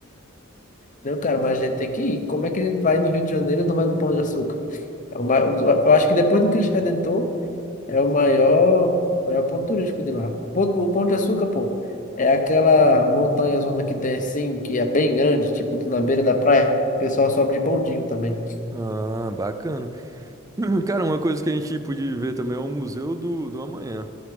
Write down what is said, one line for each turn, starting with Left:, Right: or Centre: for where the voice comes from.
Left: Não, cara, mas a gente tem que ir. Como é que a gente vai no Rio de Janeiro e não vai no Pão de Açúcar? É o ma- um dos- Eu acho que depois do Cristo Redentor é o maior, maior ponto turístico de lá. O Pão o Pão de Açúcar, pô, é aquela montanha zona que tem assim, que é bem grande, tipo na beira da praia. O pessoal sobe de bondinho também.
Right: Ah, bacana. <clears throat> Cara, uma coisa que a gente podia ver também é o Museu do, do Amanhã.